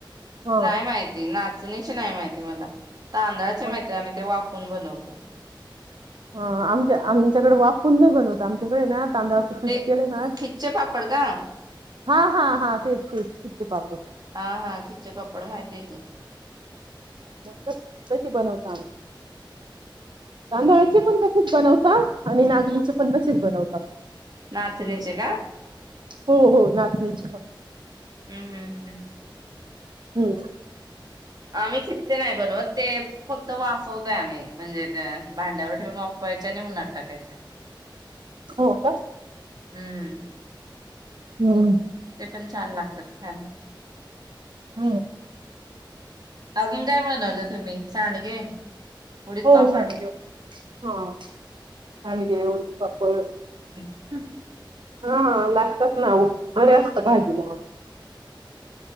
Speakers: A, on the right; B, on the right.
A: हा
B: नाय माहिती. नाचणीचे नाय माहिती मला. तांदळाचे
A: ह
B: महिती हाय, आम्ही ते वाफ कोन बनवतो?
A: ह आमच्या.. आमच्याकडे वाफवून नाय बनवत, आमच्याकडे हाय ना तांदळाचं पीठ
B: ते.
A: केलं ना
B: खिचे पापड कां?
A: हा, हा, हा, तेच. तेच खिचे. पापड
B: हा, हा, खिचे पापड माहिती हाय कीं.
A: तशे बनवतो आम्ही. तांदळाचे पन तसंच बनव का आणि नागलीचे पन तसेच बनवतात.
B: नाचणीचे का?
A: हो हो नाचणीचे पन.
B: ह ह हम.
A: हम्.
B: आम्ही खित्ते नाय बनवत, ते फक्त वाफवतोय आम्ही म्हणजे ते भांड्यावर ठेऊन वाफ फवायचे आणि उन्हात टाकायचे.
A: हो का
B: हम्.
A: हम्म.
B: ते पण छान लागतात खान्यास.
A: हम्म.
B: अजून काय बनवलं तुम्ही? सांडगे. उडीद
A: हो
B: पापड
A: सांडगे. हा सांडगे, उडीद पापड
B: हम्.
A: हा लागतात ना, बरे असत भाजीला